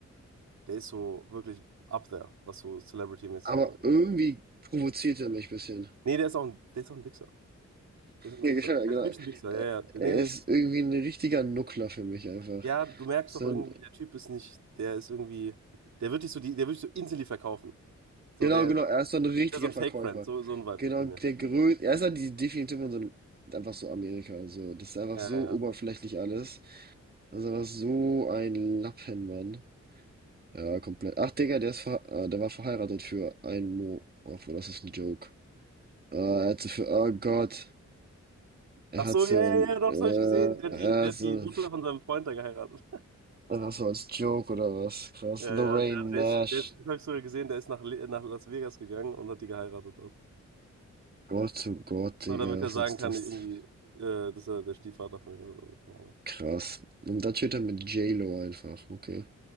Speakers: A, on the right; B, on the right.
A: Der ist so wirklich up there, was so Celebrity-mäßig
B: Aber
A: angeht.
B: irgendwie provoziert er mich ein bisschen.
A: Nee, der ist auch ein, der ist auch ein Wichser. Der ist ein
B: Ja,
A: Wichser.
B: genau, genau.
A: Der ist wirklich ein Wichser,
B: Äh,
A: ja, ja.
B: Er
A: Nee, nee,
B: ist
A: das,
B: irgendwie ein richtiger Nuckler für mich einfach.
A: ja, du merkst
B: So
A: doch irgendwie,
B: ein,
A: der Typ ist nicht, der ist irgendwie, der wird dich so, die, der wird dich so instantly verkaufen. So,
B: genau,
A: der,
B: genau, er ist so ein richtiger
A: der ist so ein
B: Verkäufer.
A: Fake-Friend, so, so ein Vibe
B: Genau,
A: gibt er
B: der
A: mir.
B: größte, er ist halt die Definition von so einem, einfach so Amerika, so. Das ist einfach
A: Ja,
B: so
A: ja. ja.
B: oberflächlich alles. Das ist einfach so ein Lappenmann. Ja, komplett. Ach, Digga, der ist ver äh, der war verheiratet für einen Mo. Obwohl, das ist ein Joke. Äh, er hat so für, oh Gott, er
A: Ach
B: hat
A: so,
B: so
A: ja, ja,
B: ein,
A: ja, doch,
B: äh,
A: das habe ich gesehen. Der hat
B: er
A: die, der
B: ist
A: hat
B: so,
A: die Mutter von seinem Freund da geheiratet.
B: einfach so als Joke oder was? Krass.
A: Ja, ja,
B: Lorraine
A: der, der
B: Nash.
A: ist, der ist, das habe ich sogar gesehen, der ist nach, Le- nach Las Vegas gegangen und hat die geheiratet dort.
B: Gott, oh Gott, Digga,
A: Nur damit
B: was
A: er sagen
B: ist
A: kann,
B: das?
A: irgendwie, äh, dass er der Stiefvater von ihm ist oder so, keine Ahnung.
B: Krass. Und dann steht er mit J-Lo einfach. Okay,